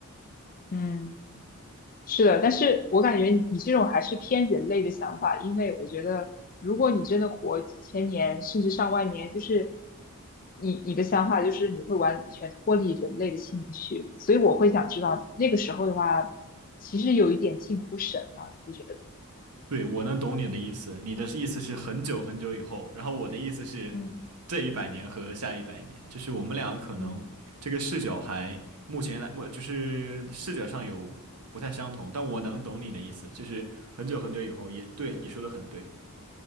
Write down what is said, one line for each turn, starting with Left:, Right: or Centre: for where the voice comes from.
Left: 嗯，是的，但是我感觉你你这种还是偏人类的想法，因为我觉得如果你真的活几千年甚至上万年，就是你你的想法就是你会完全脱离人类的兴趣，所以我会想知道那个时候的话，其实有一点近乎神了，你不觉得吗？
Right: 对，我能懂你的意思，你的意思是很久很久以后，然后我的意思是这一百年和下一百年，
Left: 嗯
Right: 就是我们两个可能这个视角还目前来，
Left: 嗯
Right: 我就是视角上有不太相同，但我能懂你的意思，就是很久很久以后也对，你说的很对。